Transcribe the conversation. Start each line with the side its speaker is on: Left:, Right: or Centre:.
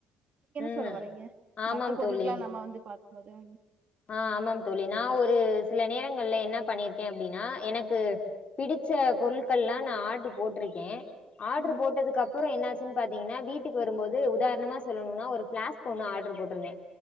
Left: ம்
Right: சொல்ல வரிங்க
Left: ஆமாம்
Right: மத்த பொருள்கலா
Left: தோழி
Right: நம வந்து பா மொதன்
Left: ஆ ஆமாம் தோழி நா ஒரு சில நேரங்கள்ல என்ன பண்ணிருக்கே அப்டின்னா எனக்கு பிடிச்ச பொருட்கள்லா நா ஆர்டர் போட்ருக்கே ஆர்டரு
Right: ம்,
Left: போட்டதுக்கு அப்புற என்னாச் கு பாத்தீங்கன்னா வீட்டுக்கு வரும்போது உதாரணமா சொல்லணுனா ஒரு ஃபிளாஸ்க் ஒண்ணு ஆர்டர் போட்ருந்தே